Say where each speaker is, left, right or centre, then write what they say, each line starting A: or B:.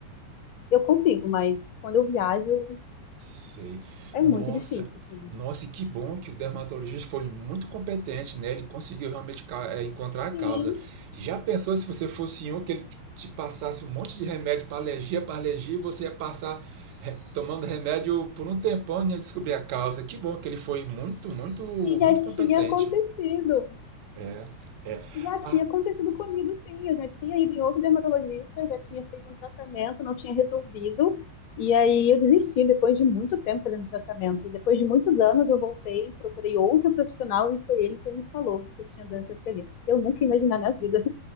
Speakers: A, on the left; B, on the right.
A: eu consigo, mas quando eu viajo
B: sei.
A: é
B: Nossa,
A: muito difícil, assim.
B: nossa, e que bom que o dermatologista foi muito competente, né? Ele conseguiu realmente ca- é, encontrar a causa.
A: Sim,
B: Já pensou se você fosse um que ele te passasse um monte de remédio para alergia, para alergia, e você ia passar re- tomando remédio por um tempão e ia descobrir a causa. Que bom que ele foi muito, muito,
A: E já
B: muito competente.
A: tinha acontecido.
B: É, é.
A: Já
B: Ah,
A: tinha acontecido comigo, sim. Eu já tinha ido em outro dermatologista, eu já tinha feito um tratamento, não tinha resolvido. E aí eu desisti depois de muito tempo fazendo tratamento. E depois de muitos anos eu voltei, procurei outro profissional e foi ele que me falou que eu tinha doença celíaca. Eu nunca ia imaginar na vida